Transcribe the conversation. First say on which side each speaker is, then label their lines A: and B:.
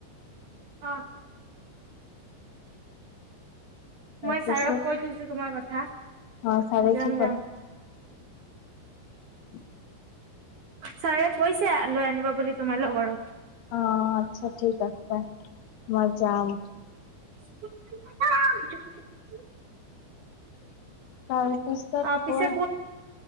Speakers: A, on the right; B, on the left.
A: অঁ
B: তাৰপিছত
A: মই ছাৰক কৈ থৈছো তোমাৰ কথা
B: অ ছাৰে
A: যাম
B: কি
A: যাম
B: উম
A: ছাৰে কৈছে লৈ আনিবা বুলি তোমাৰ লগৰক
B: অ আচ্ছা ঠিক আছে মই যাম
A: অ
B: তাৰপিছত
A: অ পিছে
B: কোৱা